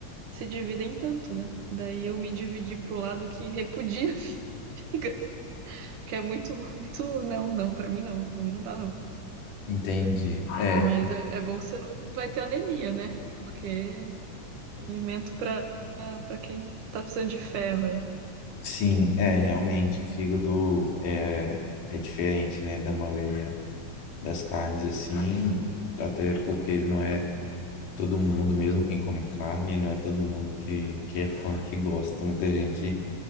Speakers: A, on the right; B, on the left.
A: se dividem tanto, né? Daí eu me dividi pro lado que repudia <laughs> fígado, que é muito, muito. Não, não, pra mim não, pra mim não dá, não.
B: Entendi. É,
A: Mas é, é bom que você não não vai ter anemia, né? Porque alimento para para quem tá precisando de ferro aí.
B: sim, é, realmente, o fígado é, é diferente, né, da maioria. das carnes assim,
A: Uhum.
B: até porque não é todo mundo, mesmo quem come carne, não é todo mundo que, que é fã, que gosta. Muita gente